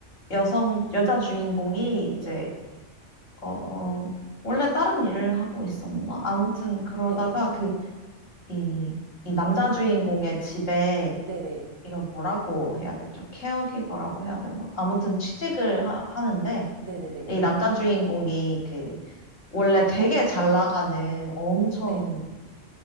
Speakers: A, on the left; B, on the right.
A: 여성 여자 주인공이 이제
B: 네,
A: 어, 원래 다른 일을 하고 있었나? 아무튼 그러다가
B: 네,
A: 그, 이, 이 남자 주인공의 집에
B: 네네,
A: 이걸 뭐라고 해야 되죠? 케어기버라고 해야 되나? 아무튼 취직을 하, 하는데
B: 네네네,
A: 이 남자 주인공이 그 원래 되게 잘 나가는 엄청
B: 네,